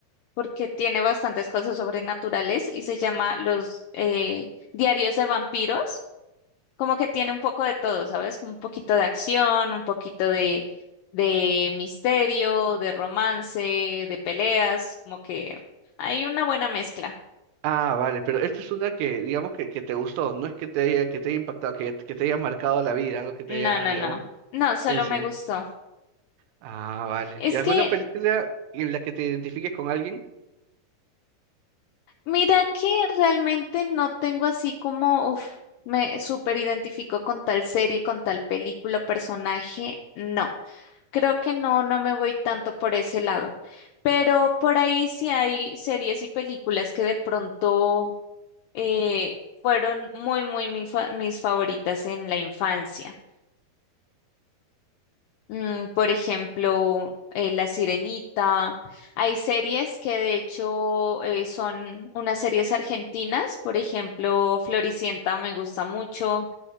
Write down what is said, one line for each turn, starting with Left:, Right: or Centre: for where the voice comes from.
Left: porque tiene bastantes cosas sobrenaturales y se llama Los eh, Diarios de Vampiros. Como que tiene un poco de todo, ¿sabes? Un poquito de acción, un poquito de, de misterio, de romance, de peleas, como que hay una buena mezcla.
Right: Ah, vale, pero esta es una que, digamos que, que te gustó, no es que te haya, que te haya impactado, que, que te haya marcado la vida, algo que te
Left: No,
Right: haya,
Left: no,
Right: digamos,
Left: no. No, solo
Right: enseñado.
Left: me gustó.
Right: Ah, vale.
Left: Es
Right: ¿Y alguna
Left: que
Right: película en la que te identifiques con alguien?
Left: Mira que realmente no tengo así como, uf, me súper identifico con tal serie, con tal película, personaje. No, creo que no, no me voy tanto por ese lado. Pero por ahí sí hay series y películas que de pronto eh, fueron muy, muy mi fa- mis favoritas en la infancia. Mm, por ejemplo, eh, La Sirenita. Hay series que de hecho eh, son unas series argentinas. Por ejemplo, Floricienta me gusta mucho.